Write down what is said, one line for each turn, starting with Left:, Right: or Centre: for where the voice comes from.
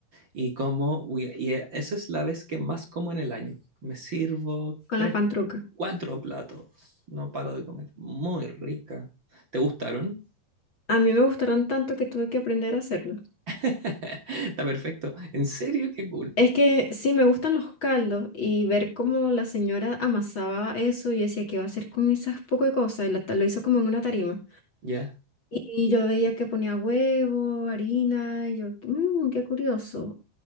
Right: Y como uy, y e- esa es la vez que más como en el año. Me sirvo
Left: con
Right: tres,
Left: las pantrucas.
Right: cuatro platos. No paro de comer. Muy rica. ¿Te gustaron?
Left: A mí me gustaron tanto que tuve que aprender a hacerlo.
Right: <laughs> Está perfecto. ¿En serio? Qué cool.
Left: Es que sí, me gustan los caldos y ver cómo la señora amasaba eso y yo decía, ¿qué va a hacer con esas poco de cosas? Y la- lo hizo como en una tarima.
Right: Ya.
Left: Y yo veía que ponía huevo, harina, y yo, "Mm, qué curioso.